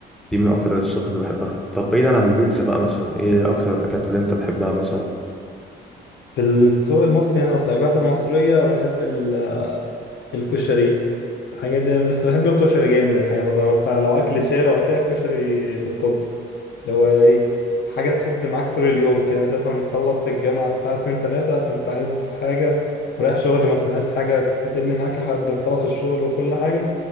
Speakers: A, in the centre; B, on the left (about 60°).
A: دي من اكتر الصوصات اللي بحبها طب بعيدا عن البيتزا بقى مثلا ايه اكتر الاكلات اللي انت تحبها مثلا
B: في السوق المصري هنا وفي الأكلات المصرية بحب ال- الكشري الحاجات دي بس بحب الكشري جامد الحقيقة برضه فلو أكل شارع وكده الكشري في التوب اللي هو إيه حاجة تصد معاك طول اليوم كده أنت مثلا مخلص الجامعة الساعة اتنين تلاتة فأنت عايز حاجة ورايح شغل مثلا عايز حاجة تتن معاك لحد ما خلص الشغل وكل حاجة